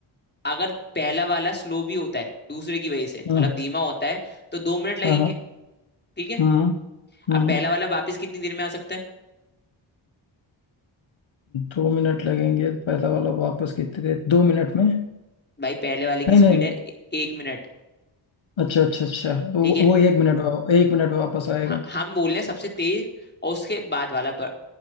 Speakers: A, on the left; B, on the left.
A: अगर पहला वाला स्लो भी होता है दूसरे की वजह से
B: हाँ
A: मतलब धीमा होता है तो दो मिनट लगेंगे
B: हाँ
A: ठीक है
B: हाँ हाँ,
A: अब
B: हाँ।
A: पहला वाला वापस कितनी देर में आ सकता है
B: दो मिनट लगेंगे पहला वाला वापस कितने दो मिनट में
A: भाई पहले वाले
B: नहीं
A: की स्पीड
B: नहीं
A: है ए- एक मिनट
B: अच्छा अच्छा अच्छा तो
A: ठीक
B: वो,
A: है
B: वो एक मिनट वा- एक मिनट में वापस आएगा
A: हाँ हम बोल रहे हैं सबसे तेज और उसके बाद वाला ब-